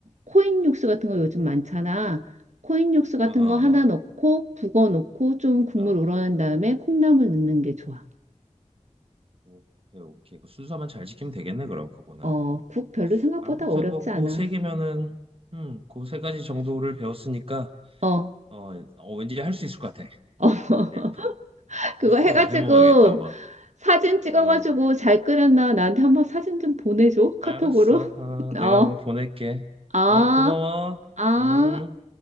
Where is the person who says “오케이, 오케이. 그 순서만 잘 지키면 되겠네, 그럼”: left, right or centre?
Right